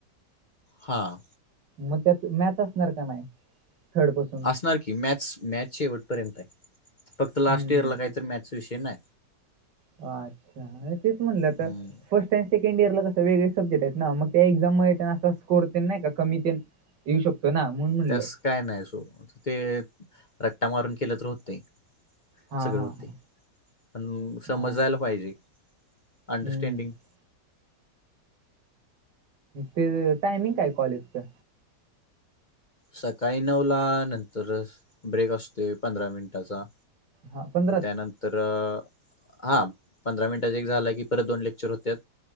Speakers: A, on the left (about 35°); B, on the right (about 75°).
A: हां,
B: मग त्यात मॅथ असणार का नाही? थर्ड पासूनऽ
A: आसनार की,, मॅथ, मॅथ शेवटपर्यंत आहे, फक्त
B: हम्म,
A: लास्ट
B: हम्म,
A: इयरला काहीतर मॅथ विषय नाही.
B: अं,, आणि तेच म्हणलं
A: हम्म.
B: तर. फर्स्ट आणि सेकंड इयरला कसं,, वेगळ सब्जेक्ट आहेत ना, मग त्या एक्झाम म अस स्कोर ते नाही का कमी तन ऽ देऊ शकतो ना,, म्हणून म्हणलं.
A: त्यास काय नाही असोत,, ते रक््टा मारून केलं,, तरी होतंय.
B: हा
A: सगळ
B: हा
A: होतय,,
B: हा
A: पण समजायला
B: हा
A: पाहिजे,, अंडरस्टँडिंगऽ
B: हम्म तेज,, टायमिंग काय कॉलेजचं?
A: सकाळी नऊ ला, नंतर ब्रेक असतोय पंधरा मिनिटाचा.
B: हा पंधराच
A: त्यानंतर,, हा, पंधरा मिनिटाच एक झाला की परत दोन लेक्चर होत्यात.